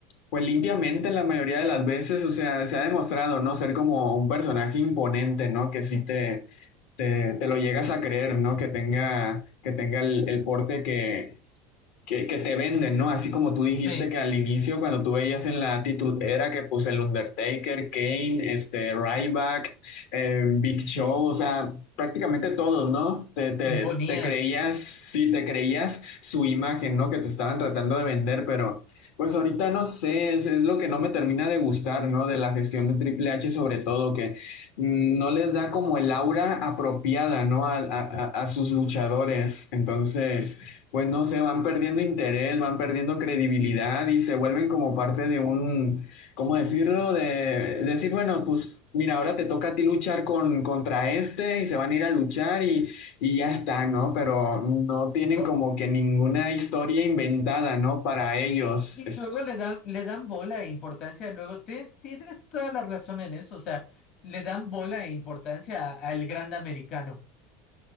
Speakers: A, on the left; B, on the left.
A: pues limpiamente la mayoría de las veces, o sea, se ha demostrado, ¿no? Ser como un personaje imponente, ¿no? Que sí te, te, te lo llegas a creer, ¿no? Que tenga, que tenga el, el porte que que, que te venden, ¿no? Así como tú dijiste
B: Sí,
A: que al inicio, cuando tú veías en la actitud era que pues el Undertaker, Kane, este, Ryback, eh, Big Show, o sea, prácticamente todos, ¿no? Te, te,
B: imponían.
A: te creías, sí, te creías su imagen, ¿no? Que te estaban tratando de vender, pero pues ahorita no sé, es, es lo que no me termina de gustar, ¿no? De la gestión de Triple H sobre todo, que mm, no les da como el aura apropiada, ¿no? a a- a sus luchadores. Entonces pues no sé, van perdiendo interés, van perdiendo credibilidad y se vuelven como parte de un, ¿cómo decirlo? De decir, bueno, pues mira, ahora te toca a ti luchar con, contra este y se van a ir a luchar y, y ya está, ¿no? Pero no tienen
B: Co-
A: como que ninguna historia inventada, ¿no? Para ellos.
B: Y, y
A: Es-
B: luego le dan, le dan bola e importancia. Luego tienes, tienes toda la razón en eso. O sea, le dan bola e importancia a- al grande americano.